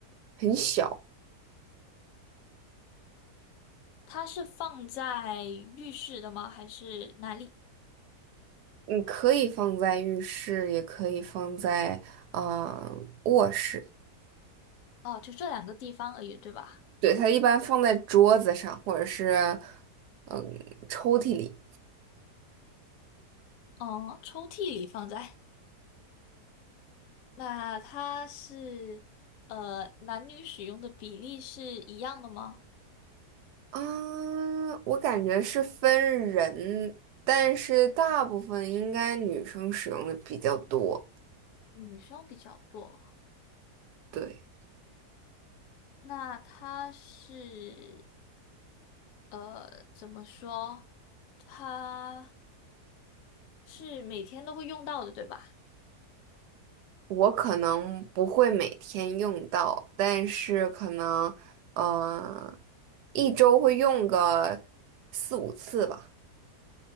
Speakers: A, on the right; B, on the left.
A: 很小，
B: 它是放在浴室的吗？还是哪里？
A: 你可以放在浴室，也可以放在嗯、呃卧室。
B: 哦，就这两个地方而已，对吧？
A: 对，它一般放在桌子上，或者是嗯抽屉里。
B: 哦，抽屉里放在。那它是呃男女使用的比例是一样的吗？
A: 啊，我感觉是分人，但是大部分应该女生使用的比较多。
B: 女生比较多。
A: 对，
B: 那它是呃怎么说？它是每天都会用到的，对吧？
A: 我可能不会每天用到，但是可能嗯一周会用个四五次吧。